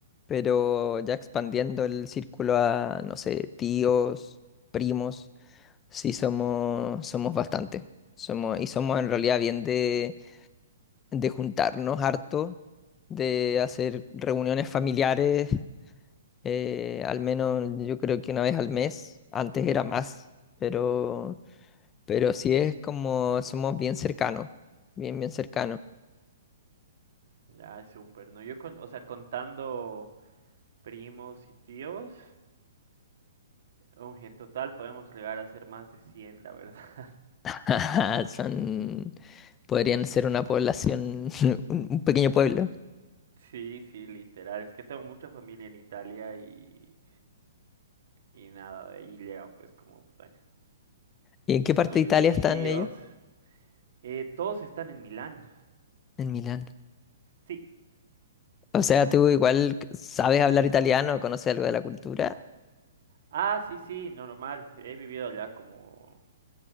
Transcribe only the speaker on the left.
pero ya expandiendo el círculo a, no sé, tíos, primos, sí somos, somos bastante. Somos, y somos en realidad bien de, de juntarnos harto, de hacer reuniones familiares, eh, al menos yo creo que una vez al mes. Antes era más, pero pero sí es como somos bien cercanos, bien, bien cercanos.
<laughs> Son, podrían ser una población, <laughs> un un pequeño pueblo.
¿Y en qué parte
de Italia están
ellos?
En Milán.
O sea, tú igual sabes hablar italiano, conoces algo de la cultura.